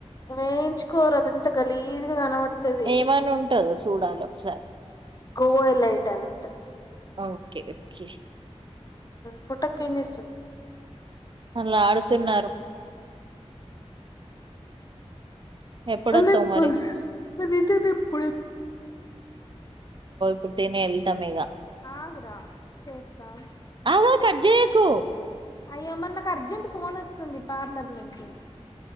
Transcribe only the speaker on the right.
ఏమని ఉంటదో చూడాలి ఒకసారి
ఓకే ఓకే
అలా ఆడుతున్నారు ఎప్పుడొత్తావు
మరి
కుడుత వెళ్తా మీగ
ఆగు కట్ చేయకు